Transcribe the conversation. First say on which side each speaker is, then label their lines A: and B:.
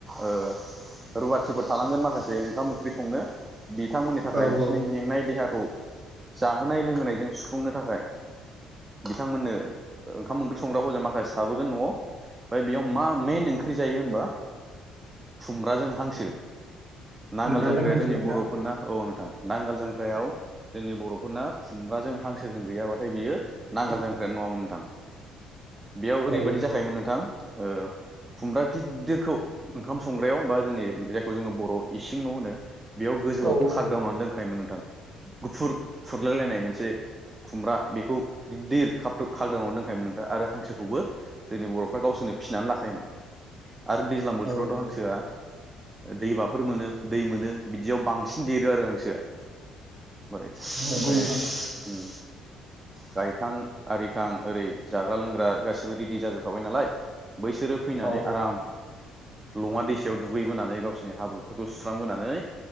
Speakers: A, on the right; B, on the right.
A: ओ रुवाथिफोर थालांगोन माखासे ओंखाम ओंख्रि संनो बिथांमोननि थाखाय
B: औ
A: बिसोरनि
B: औ
A: मेंनाय देहाखौ जाहोनाय लोंहोनायजों सुफुंनो थाखाय बिथांमोननो ओ ओंखाम ओंख्रि संग्राफोरजों माखासे थाबोगोन नआव ओमफ्राय बेयाव मा मइेन ओंख्रि जायो होनबा खुमब्राजों हांसो। नांगोल
B: खुमब्राजों
A: जांख्राया
B: हांसोजों
A: जोंनि बरफोरना
B: ना
A: औ नोंथां नांगाल जांख्रा खांख्रायाव जोंनि बरफोरना खुमब्राजों हांसोजों गैयाबाथाय बियो नांगाल जांख्रायानो नङामोन नोंथां। बेयाव ओरैबायदि
B: औ
A: जाखायोमोन नोंथां ओ खुमब्रा गिदिरखौ ओंखाम संग्रायाव बा जोंनि जायखौ जोङो बर इसिं न होनो। बेयाव गोजौआव
B: औ
A: खागदावनानै दोनखायोमोन <unintelligible> गुफुर फुरलायलायनाय मोनसे खुमब्रा बेखौ गिदिर खाबथुब खाग <inaudible> <unintelligible> नोंथा आरो हांसोखौबो जोंनि बरफ्रा गावसोरनो फिसिनानै लाखायोमोन। आरो दैज्लां बोथोरावथ
B: औ
A: हांसोआ दैमाफोर मोनो दै मोनो बिदियाव बांसिन देरो आरो हांसोआ <unintelligible>
B: नंगौ नोंथां
A: गायखां आरिखां ओरै जाग्रा लोंग्रा गासिबो रेडि जाजोबखाबाय नालाय बैसोरो
B: औ
A: फैनानै आराम लङा दैसायाव दुगैबोनानै गावसिरनि हाब्रुफोरखौ सुस्रांबोनानै